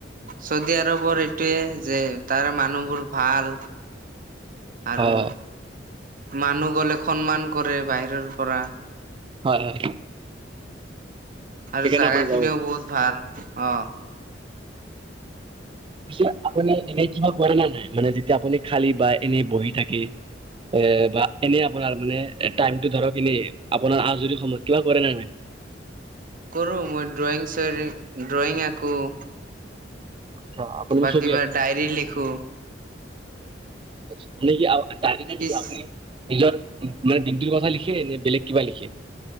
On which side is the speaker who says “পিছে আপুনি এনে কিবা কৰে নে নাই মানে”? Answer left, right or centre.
Right